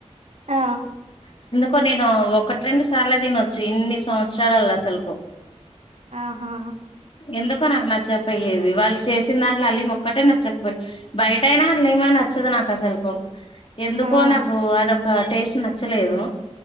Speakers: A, on the right; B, on the left.
A: ఆ
B: కో నేను ఒకటి రెండు సార్లు తినొచ్చు ఇన్ని సంవత్సరాలలో అసలుకు
A: ఆహా
B: ఎందుకో నాకు నచ్చకపోయేది వాళ్ళు చేసిన దాంట్లో హలీం ఒకటే నచ్చకపోయి బయట అయినా హలీం నచ్చదు నాకు అసలుకో ఎందుకో
A: ఆ
B: నాకు అద ఒక టేస్ట్ నచ్చలేదు